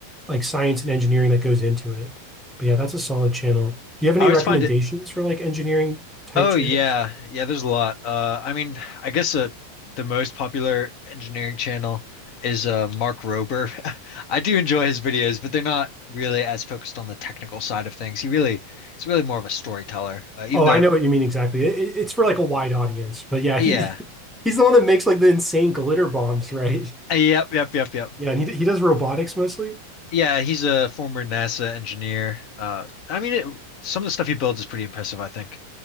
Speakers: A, in the centre; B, on the left.
A: like science and engineering that goes into it. But yeah, that's a solid channel. Do you have any
B: I always
A: recommendations
B: find it
A: for like engineering type
B: Oh
A: channels?
B: yeah, yeah. There's a lot. Uh, I mean, I guess uh, the most popular engineering channel is uh, Mark Rober. <laughs> I do enjoy his videos, but they're not really as focused on the technical side of things. He really, he's really more of a storyteller. Uh, even
A: Oh,
B: though,
A: I know what you mean exactly. It, it- it's for like a wide audience, but yeah,
B: yeah,
A: he <laughs> he's the one that makes like the insane glitter bombs, right?
B: Uh, yep, yep, yep, yep.
A: Yeah, and he he does robotics mostly.
B: Yeah, he's a former NASA engineer. Uh, I mean, it, some of the stuff he builds is pretty impressive, I think.